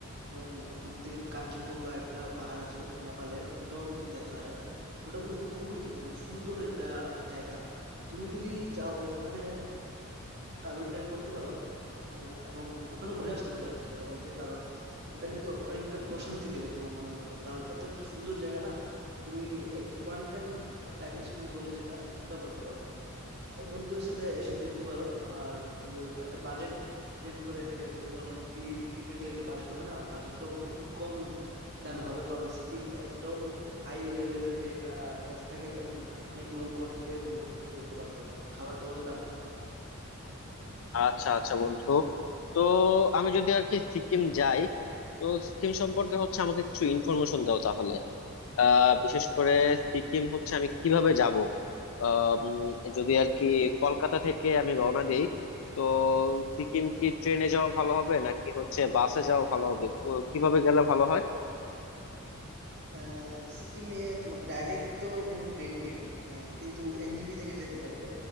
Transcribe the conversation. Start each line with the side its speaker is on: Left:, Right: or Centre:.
Right: এবং ওখান থেকে কাঞ্চনগঙ্গা একটা পাহাড় আছে নেপালের ওটাও কিন্তু দেখা যায় ওটা কিন্তু খুবই আহ, সুন্দর একটা জায়গা তুমি যদি চাও ওখানে ট্রাভেল প্ল্যান করতে পারো আহ, এবং ওখানে ঘুরে আসতে পারো সত্যি কথা বলতে কারণ ওটা কিন্তু অনেকটা প্রশান্তি দেবে তোমার মনের মধ্যে কারণ এত একটা সুন্দর জায়গা না তুমি এক ওয়ান টাইম লাইফ এক্সপিরিয়েন্স বলে যেটা ওটা করতে পারবে তো বন্ধুদের সাথে এসে ঘুরতে পারো আর ওর একটা বাজেট প্ল্যান করে ঘুরতে পারো কারণ ট্রিপের যে একটা বাজেট হবে না বাজেটটাও খুব কম দামে হবে কারণ সিকিম এতটাও হাই লেভেলের যে একটা কস্ট থাকে এমন না অনেক লো কস্টে তুমি ঘুর- ঘুরতে পারবে ওখানে খাবার দাবারের দামও অনেক কম
Left: আচ্ছা আচ্ছা বন্ধু তো আমি যদি আর কি সিকিম যাই তো সিকিম সম্পর্কে হচ্ছে আমাকে কিছু ইনফরমেশন দাও তাহলে আহ বিশেষ করে সিকিম হচ্ছে আমি কিভাবে যাব আহ, উম, যদি আর কি কলকাতা থেকে আমি রওনা দেই তো সিকিম কি ট্রেনে যাওয়া ভালো হবে নাকি হচ্ছে বাসে যাওয়া ভালো হবে তো কিভাবে গেলে ভালো হয়
Right: আহ, সিকিমে তোমার ডাইরেক্ট তো কোনো ট্রেন নেই আহ, কিন্তু এনজিবি থেকে যেতে পারবে